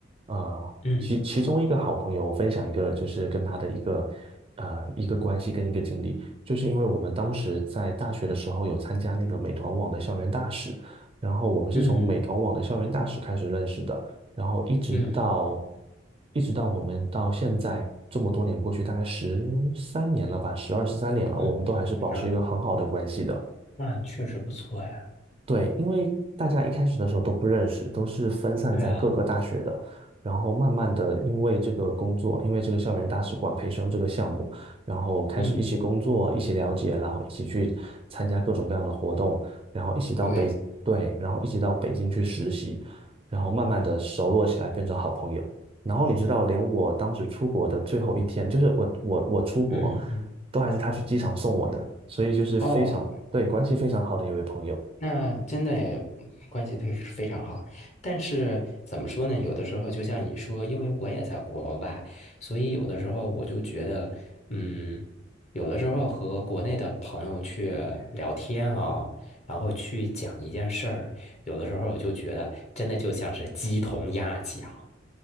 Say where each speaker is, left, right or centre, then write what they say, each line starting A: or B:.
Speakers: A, on the right (about 30°); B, on the left (about 35°).
A: 呃，
B: 嗯
A: 其其中一个好朋友，我分享一个就是跟他的一个呃一个关系跟一个经历，就是因为我们当时在大学的时候有参加那个美团网的校园大使。然后我们是从美团网的校园大使开始认识的，
B: 嗯
A: 然后一直到
B: 嗯。
A: 一直到我们到现在这么多年过去，大概十三年了吧，十二十三年了，
B: 嗯嗯，
A: 我们都还是保持一个很好的关系的。
B: 十二，那确实不错呀。
A: 对，因为大家一开始的时候都不认识，都是分散在各个大学的，
B: 对啊，
A: 然后慢慢的因为这个工作，因为这个校园大使馆培生这个项目，然后开始一起工作，
B: 嗯
A: 一起了解，然后一起去参加各种各样的活动，然后一起到北，
B: 对，
A: 对，然后一起到北京去实习，然后慢慢的熟络起来，变成好朋友。然后你知道，连我当时出国的最后一天，就是我我我出国，
B: 嗯
A: 都还是他去机场送我的，所以就是非常，
B: 哦，
A: 对，关系非常好的一位朋友。
B: 那真的诶关系非非常好。但是怎么说呢？有的时候就像你说，因为我也在国外，所以有的时候我就觉得，嗯，有的时候和国内的朋友去聊天啊，然后去讲一件事儿，有的时候我就觉得真的就像是鸡同鸭讲。